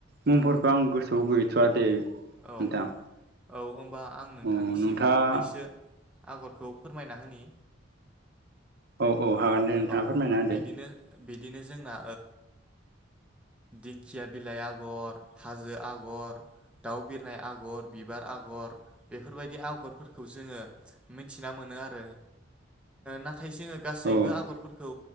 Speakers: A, on the right; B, in the centre.
A: मुंफोरखौ आं गोसोआव गैथ'वा दे।
B: औ
A: नोंथां
B: औ होनोमबा आं नोंथांनिसिम
A: अ नोंथाङा
B: मोननैसो। आगरखौ फोरमायना होनि।
A: औ औ हागोन दे नोंथाङा
B: औ
A: फोरमायना होदो।
B: बिदिनो बिदिनो जोंना दिंखिया बिलाइ आगर, हाजो आगर। दाउ बिरनाय आगर बिबार आगर बेफोरबायदि आगरफोरखौ जोङो मिथिना मोनो आरो नाथाय जोङो गासैबो
A: औ
B: आगरफोरखौ